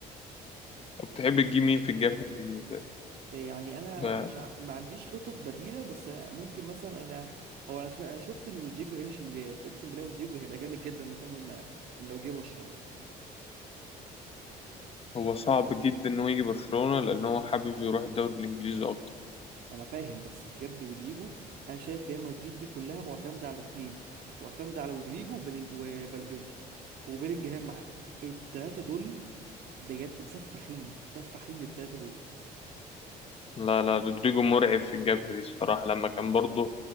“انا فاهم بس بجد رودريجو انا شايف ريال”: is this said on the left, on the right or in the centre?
Right